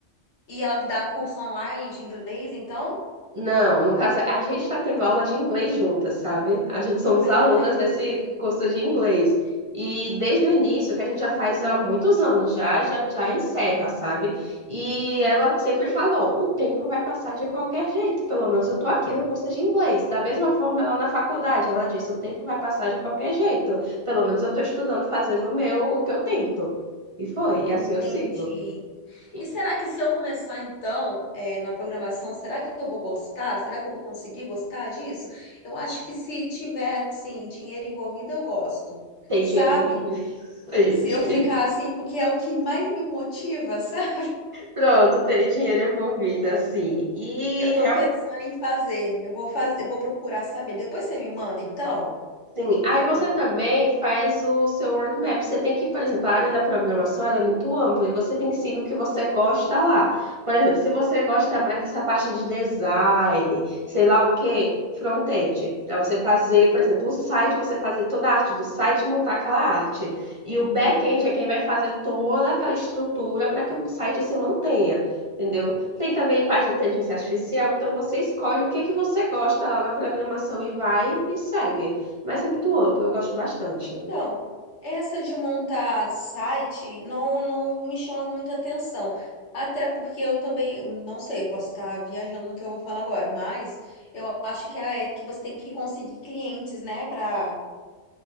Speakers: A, on the left (about 75°); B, on the right (about 30°).
A: E ela dá curso online de inglês, então?
B: Não, no caso, a gente está tendo aula de inglês juntas, sabe? A gente somos
A: Ah,
B: alunas
A: entendi.
B: nesse curso de inglês. E desde o início, que a gente já faz há muitos anos já, já, já encerra, sabe? E
A: Entendi.
B: ela sempre falou, o tempo vai passar de qualquer jeito, pelo menos eu tô aqui no curso de inglês. Da mesma forma, ela na faculdade, ela disse, o tempo vai passar de qualquer jeito, pelo menos eu tô estudando, fazendo o meu, o que eu tento. E foi, e assim
A: Entendi.
B: eu sigo. E
A: E será que se eu começar então, eh, na programação, será que eu vou gostar? Será que eu vou conseguir gostar disso? Eu acho que se tiver assim dinheiro envolvido, eu gosto,
B: tem
A: sabe?
B: dinheiro envolvido. <laughs> E,
A: Se eu ficar
B: e
A: assim, porque é o que mais me motiva, <laughs> sabe?
B: Pronto, tem dinheiro envolvido, assim. E
A: Eu tô pensando em fazer. Eu vou fazer, eu vou procurar saber. Depois você me manda, então?
B: Sim, aí você
A: O-
B: também faz o seu roadmap. Você tem que, por exemplo, a área da programação ela é muito ampla e você tem que seguir o que você gosta lá. Por exemplo, se você gosta mais dessa parte de design, sei lá o quê, front-end, para você fazer, por exemplo, o site, você fazer toda a arte do site e montar aquela arte. E o back-end
A: Uhum.
B: é quem vai fazer toda aquela estrutura para que o site se mantenha. Entendeu? Tem também parte de inteligência artificial, então você escolhe o que que você gosta lá na programação e vai e segue. Mas é muito amplo, eu gosto bastante.
A: Então, essa de montar site não, não me chama muita atenção. Até porque eu também, não sei, eu posso estar viajando no que eu vou falar agora, mas eu acho que é que você tem que conseguir clientes, né, para